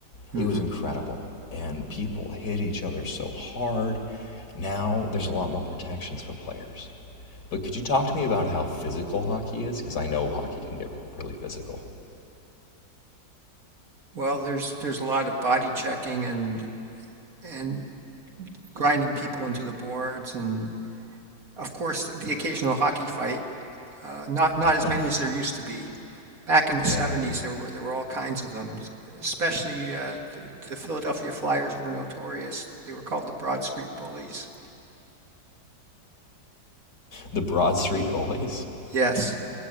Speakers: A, on the right; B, on the left.
A: hmm
B: It was incredible, and people hit each other so hard. Now there's a lot more protections for players. But could you talk to me about how physical hockey is? Because I know hockey can get really physical.
A: Well, there's there's a lot of body checking and and grinding people into the boards, and of course the occasional hockey fight. Uh, not not
B: <laughs>
A: as
B: Yeah,
A: many as there used to be. Back in the
B: yeah.
A: 70s, there were there were all kinds of them. Especially uh, the, the Philadelphia Flyers were notorious. They were called the Broad Street Bullies.
B: The Broad Street Bullies.
A: Yes.